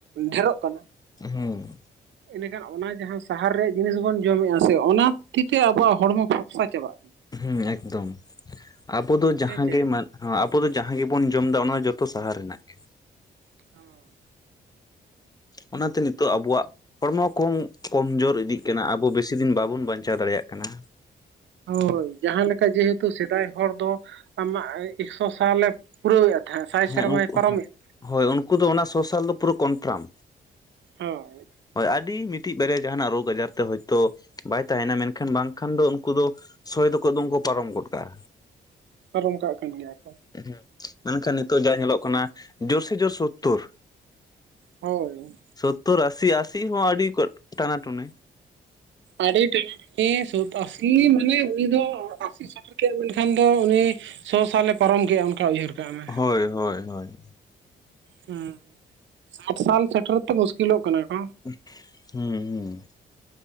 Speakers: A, on the right; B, on the left.
A: ᱰᱷᱮᱨᱚᱜ ᱠᱟᱱᱟ᱾
B: ᱦᱮᱸ,
A: ᱮᱸᱰᱮᱠᱷᱟᱱ ᱚᱱᱟ ᱡᱟᱦᱟᱸ ᱥᱟᱦᱟᱨ ᱨᱮᱭᱟᱜ ᱡᱤᱱᱤᱥ ᱵᱚᱱ ᱡᱚᱢᱮᱜᱼᱟ ᱥᱮ, ᱚᱱᱟ ᱠᱷᱟᱹᱛᱤᱨ ᱛᱮ ᱟᱵᱚᱣᱟᱜ ᱦᱚᱲᱢᱚ ᱥᱟ ᱪᱟᱵᱟᱜ ᱠᱟᱱᱟ᱾
B: ᱦᱮᱸ ᱮᱠᱫᱚᱢ, ᱟᱵᱚ ᱫᱚ ᱡᱟᱦᱟᱸ
A: ᱦᱮᱸ ᱪᱮ
B: ᱜᱮ ᱢᱟᱱ ᱦᱚᱸ, ᱟᱵᱚ ᱫᱚ ᱡᱟᱦᱟᱸ ᱜᱮᱵᱚᱱ ᱡᱚᱢ ᱮᱫᱟ ᱚᱱᱟ ᱡᱚᱛᱚ ᱥᱟᱦᱟᱨ ᱨᱮᱱᱟᱜ ᱜᱮ᱾
A: ᱦᱩᱸ,
B: ᱚᱱᱟᱛᱮ ᱱᱤᱛᱚᱜ ᱟᱵᱚᱣᱟᱜ ᱦᱚᱲᱢᱚ ᱠᱚ ᱠᱚᱢᱡᱳᱨ ᱤᱫᱤᱜ ᱠᱟᱱᱟ, ᱟᱵᱚ ᱵᱮᱥᱤ ᱫᱤᱱ ᱵᱟᱵᱚᱱ ᱵᱟᱧᱪᱟᱣ ᱫᱟᱲᱮᱭᱟᱜ ᱠᱟᱱᱟ᱾
A: ᱦᱳᱭ ᱡᱟᱦᱟᱸ ᱞᱮᱠᱟ ᱡᱮᱦᱮᱛᱩ ᱥᱮᱫᱟᱭ ᱦᱚᱲ ᱫᱚ ᱟᱢᱟᱜ ᱮᱠᱥᱚ ᱥᱟᱞᱮ ᱯᱩᱨᱟᱹᱣᱮᱫ ᱦᱩᱭᱩᱜ ᱛᱟᱦᱮᱸᱫ᱾ ᱥᱟᱭ
B: ᱦᱮᱸ
A: ᱥᱮᱨᱢᱟᱭ
B: ᱩᱱᱠᱩ
A: ᱯᱟᱨᱚᱢᱮᱫ
B: ᱦᱳᱭ ᱩᱱᱠᱩ ᱫᱚ ᱚᱱᱟ ᱥᱚᱥᱟᱞ ᱫᱚ ᱯᱩᱨᱟᱹ ᱠᱚᱱᱯᱷᱟᱨᱢ᱾
A: ᱦᱳᱭ
B: ᱦᱳᱭ ᱟᱹᱰᱤ ᱢᱤᱫᱴᱤᱡ ᱵᱟᱨᱭᱟ ᱡᱟᱦᱟᱱᱟᱜ ᱨᱳᱜᱽ ᱟᱡᱟᱨ ᱛᱮ ᱦᱳᱭᱛᱳ ᱵᱟᱭ ᱛᱟᱦᱮᱱᱟ, ᱢᱮᱱᱠᱷᱟᱱ ᱵᱟᱝᱠᱷᱟᱱ ᱫᱚ ᱩᱱᱠᱩ ᱫᱚ ᱥᱚᱭ ᱫᱚᱠᱚ ᱮᱠᱫᱚᱢ ᱠᱚ ᱯᱟᱨᱚᱢ ᱜᱚᱫ ᱠᱟᱜᱼᱟ᱾
A: ᱯᱟᱨᱚᱢ ᱠᱟᱜ ᱠᱟᱱ ᱜᱮᱭᱟ ᱠᱚ,
B: ᱦᱩᱸ ᱢᱮᱱᱠᱷᱟᱱ ᱱᱤᱛᱳᱜ ᱡᱟ ᱧᱮᱞᱚᱜ ᱠᱟᱱᱟ ᱡᱳᱨ ᱥᱮ ᱡᱳᱨ ᱥᱳᱛᱛᱚᱨ᱾
A: ᱦᱳᱭ,
B: ᱥᱚᱛᱛᱳᱨ ᱟᱥᱤ ᱟᱥᱤ ᱦᱚᱸ ᱟᱹᱰᱤ ᱴᱟᱱᱟ ᱴᱩᱱᱮ᱾
A: ᱟᱰᱤ ᱴᱟᱱᱟ ᱴᱟᱱᱤ ᱥᱚᱛ ᱟᱹᱥᱤ ᱢᱟᱱᱮ ᱩᱱ ᱫᱚ ᱥᱮᱴᱮᱨ ᱠᱮᱫᱼᱟ, ᱢᱮᱱᱠᱷᱟᱱ ᱫᱚ ᱩᱱᱤ ᱥᱚ ᱥᱟᱞᱮ ᱯᱟᱨᱚᱢ ᱠᱮᱜᱼᱟ ᱚᱱᱠᱟ ᱩᱭᱦᱟᱹᱨ ᱠᱟᱜ ᱢᱮ᱾
B: ᱦᱳᱭ ᱦᱳᱭ ᱦᱳᱭ᱾
A: ᱦᱮᱸ ᱥᱟᱴ ᱥᱟᱞ ᱥᱮᱴᱮᱨ ᱛᱮ ᱢᱩᱥᱠᱤᱞᱚᱜ ᱠᱟᱱᱟ ᱠᱚ᱾
B: ᱩᱦ ᱦᱩᱸ ᱦᱩᱸ᱾